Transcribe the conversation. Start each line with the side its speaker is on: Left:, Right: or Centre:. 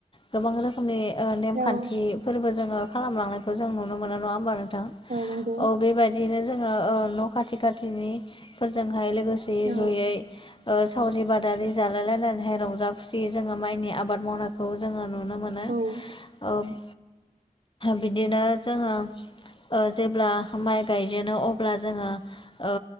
Left: गोबां रोखोमनि ओ
Right: औ
Left: नेमखान्थि फोरबो जोङो खालामलांनायखौ जों नुनो मोनो नङा ओमबा नोंथां
Right: नंगौ
Left: औ बेबाद दिनो जोङो ओ न' खाथि खाथिनि फोरजोंहाय लोगोसे
Right: औ
Left: जयै ओ सावरि बादारि जालाय लायलायनानैहाय रंजा खुसि जोङो माइनि आबाद मावनायखौ जोङो नुनो मोन नो
Right: औ औ
Left: ओम बिदिनो जोङो ओ जेब्ला माइ गायजेनो अब ब्ला जोङो ओ